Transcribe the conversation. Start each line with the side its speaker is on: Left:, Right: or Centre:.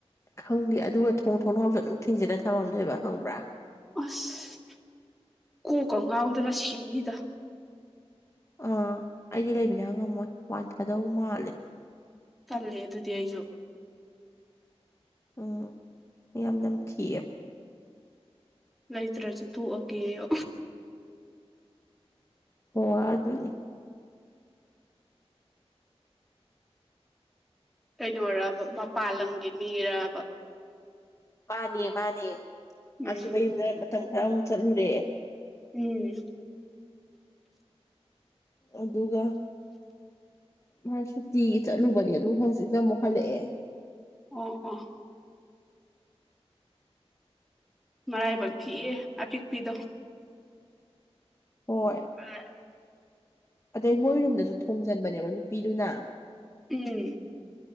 Left: ꯈꯪꯗꯦ ꯑꯗꯨꯒ ꯊꯣꯡ ꯊꯣꯡ ꯍꯥꯎꯁꯨ ꯑꯗꯨꯝ ꯊꯤꯡꯖꯤꯜꯂ ꯊꯝꯃꯝꯗꯣꯏꯕ ꯈꯪꯕ꯭ꯔꯥ꯫
Centre: ꯑꯁ ꯀꯣꯛꯀ ꯉꯥꯎꯗꯅ ꯁꯤꯅꯤꯗ꯫
Left: ꯑꯥ ꯑꯩꯗꯤ ꯂꯩꯕꯅ ꯉꯝꯃꯣꯏ ꯋꯥꯟ ꯊꯥꯗꯧ ꯃꯥꯜꯂꯦ꯫
Centre: ꯇꯜꯂꯦ ꯑꯗꯨꯗꯤ ꯑꯩꯁꯨ꯫
Left: ꯎꯝ ꯌꯥꯝ ꯅꯝꯊꯤꯑꯕ꯫
Centre: ꯂꯩꯇ꯭ꯔꯁꯨ ꯇꯣꯛꯑꯒꯦꯌꯣ꯫
Left: ꯑꯣ ꯑꯗꯨꯅꯤ꯫
Centre: ꯀꯩꯗꯧꯔꯕ ꯃꯄꯥꯜ ꯂꯝꯒꯤ ꯃꯤꯔꯕ꯫
Left: ꯃꯥꯅꯦ ꯃꯥꯅꯦ
Centre: ꯎꯝ
Left: ꯑꯁ ꯃꯌꯨꯝꯗ ꯃꯇꯝ ꯈꯔ ꯑꯃꯨꯛ ꯆꯠꯂꯨꯔꯦ꯫
Centre: ꯎꯝ꯫
Left: ꯑꯗꯨꯒ ꯃꯥ ꯁꯨꯇꯤꯒꯤ ꯆꯠꯂꯨꯕꯅꯤ ꯑꯗꯨꯝ ꯍꯧꯖꯤꯛꯅ ꯑꯃꯨꯛ ꯍꯜꯂꯛꯑꯦ꯫
Centre: ꯑꯣ ꯑꯣ꯫ ꯃꯔꯥꯏꯕꯛ ꯊꯤꯑ ꯑꯄꯤꯛꯄꯤꯗꯣ꯫
Left: ꯍꯣꯏ꯫
Centre: ꯑꯣ꯫
Left: ꯑꯗꯩ ꯃꯣꯏ ꯔꯨꯝꯗꯁꯨ ꯊꯣꯡꯖꯟꯕꯅꯦꯕ ꯅꯨꯄꯤꯗꯨꯅ꯫
Centre: ꯎꯝ꯫